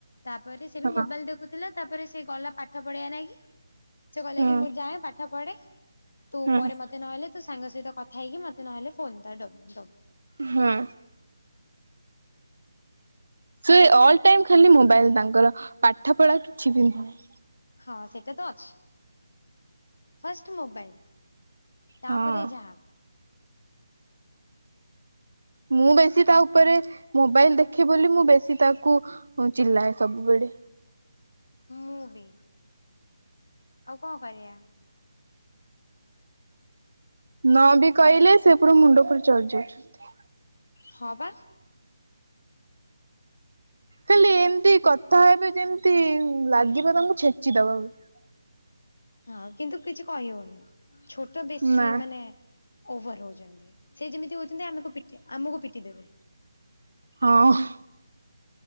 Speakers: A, on the left; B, on the right.
A: ତାପରେ ସେ
B: ହଁ।
A: ବି ମୋବାଇଲ ଦେଖୁଥିଲା ତାପରେ ସେ ଗଲା ପାଠ ପଢଆ ନାଇଁ କିି ସେ କହିଲା
B: ହଁ
A: କି ମୁଁ ଯାଏଁ ପାଠ ପଢେ ତୁ
B: ହଁ
A: ପରେ ମତେ ନହେଲେ ତୁ ସାଙ୍ଗ ସହିତ କଥା ହେଇକି ମତେ ନହେଲେ ଫୋନ ଡ଼ା ଦବୁ ଦବୁ
B: ହଁ ସେ ଅଲ ଟାଇମ ଖାଲି ମୋବାଇଲ ତାଙ୍କର ପାଠ ପଢା କିଛି ବି ନୁହଁ
A: ହଁ ସେଟ ତ ଅଛି ଫାଷ୍ଟ ମୋବାଇଲ ତାପରେ
B: ହଁ
A: ଯାହା
B: ମୁଁ ବେଶୀ ତା ଉପରେ ମୋବାଇଲ ଦେଖେ ବୋଲି ମୁଁ ବେଶୀ ତାକୁ ଚିଲାଏ ସବୁବେଳେ
A: ମୂବି ଆଉ କଣ କରିବା
B: ନ ବି କହିଲେ ସେ ପୁର ମୁଣ୍ଡପୁର ଚଢି ଯାଉଛନ୍ତି
A: ହଁ ବା
B: ଖାଲି ଏମତି କଥା ହେବେ ଯେମିତି ଲାଗିବ ତାଙ୍କୁ ଛେଚିଦବା <unintelligible>
A: ହଁ କିନ୍ତୁ କିଛି କହି ହଉନି ଛୋଟ ବେଶୀ
B: ନା
A: ମାନେ ଓଭର ହଉଛନ୍ତି ସେ ଯେମିତି ହଉଛନ୍ତି ଆମକୁ ପିଟି ଆମକୁ ପିଟି ଦେବେ
B: ହଁ ଅ